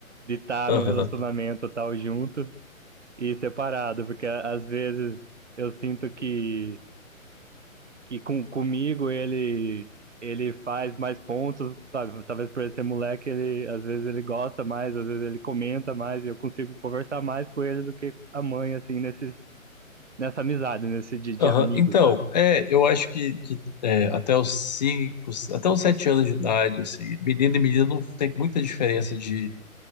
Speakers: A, on the right; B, on the left.
A: de estar
B: Aham.
A: num relacionamento tal junto e separado, porque às vezes eu sinto que que com, comigo ele ele faz mais pontos, sabe? Talvez por ele ser moleque, ele às vezes ele gosta mais, às vezes ele comenta mais, e eu consigo conversar mais com ele do que a mãe, assim, nesse, nessa amizade, nesse de, de
B: Aham.
A: amigo,
B: Então,
A: sabe?
B: é, eu acho que, que é, até os cinco, até os sete anos de idade, assim, menino e menina não tem muita diferença de,